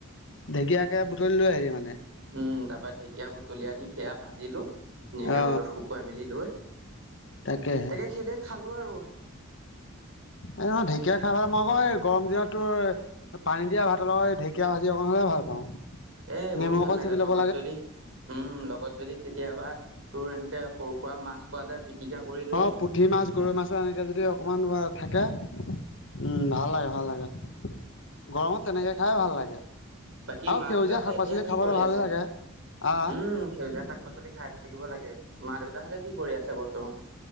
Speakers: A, on the left (about 60°); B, on the right (about 65°).
A: ঢেকীয়াকে বুটলি লৈ আহিলি মানে?
B: উম, তাৰপৰা ঢেকীয়া বুটলি আনি সেয়া ভাজিলো ধুনীয়াকে
A: অ
B: ৰ'দত শু কুৱাই মেলি লৈ,
A: তাকেহে।
B: তাকে হে দিয়ে খালো আৰু।
A: এই নহয় ঢেকীয়া খায় পেলাই মই আকৌ এই গৰম দিনত তোৰ পানী দিয়া ভাতৰ লগত ঢেকীয়া ভাজি অকণ হ'লে ভাল পাওঁ।
B: এই
A: নেমু
B: বহুত ভাল
A: অকণ
B: লাগে,
A: চেপি ল'ব
B: লগত যদি উম, লগত যদি কেতিয়াবা তোৰ এনেকে সৰু-সুৰা মাছ পোৱা যায় পিটিকা কৰি লৈ
A: অঁ, পুঠি মাছ গৰৈ মাছৰ এনেকে যদি অকমান থাকে। উম, ভাল লাগে ভাল লাগে, গৰমত তেনেকে খায় ভাল লাগে।
B: বাকী
A: আৰু
B: মা
A: সেউজীয়া
B: দেইউতা হঁতে
A: শাক
B: এতিয়া
A: পাচলি
B: কি
A: খাবলৈ
B: কৰি
A: ভালে
B: আছে?
A: লাগে আহ
B: উম। সেউজীয়া শাক-পাচলি খায় থাকিব লাগে, মা দেউতাহঁতে কি কৰি আছে বৰ্তমান?